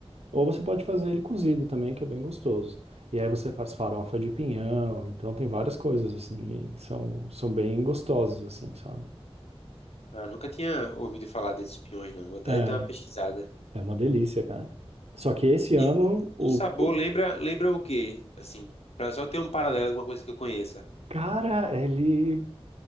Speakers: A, on the right (about 75°); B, on the left (about 75°).
A: ou você pode fazer ele cozido também, que é bem gostoso. E aí você faz farofa de pinhão, então tem várias coisas assim, e são, são bem gostosas assim, sabe?
B: Ah, nunca tinha ouvido falar desses pinhões, não. Vou até
A: É,
B: dar uma pesquisada.
A: É uma delícia, cara. Só que esse ano,
B: E
A: o,
B: o sabor
A: o
B: lembra, lembra o quê? Assim, pra só ter um paralelo com uma coisa que eu conheça,
A: cara, ele.